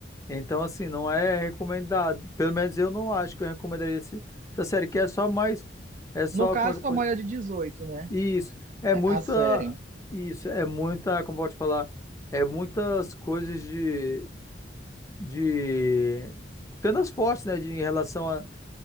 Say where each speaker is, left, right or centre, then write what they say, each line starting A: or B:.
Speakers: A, on the left; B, on the right.
A: Então, assim, não é recomendado. Pelo menos eu não acho que eu recomendaria esse- essa série, que é só mais. É só,
B: No caso,
A: como é que
B: para
A: eu posso.
B: maior de 18, né?
A: Isso. É
B: A
A: muita.
B: a série.
A: Isso. É muita. Como pode falar? É muitas coisas de de cenas fortes, né, de, em relação a,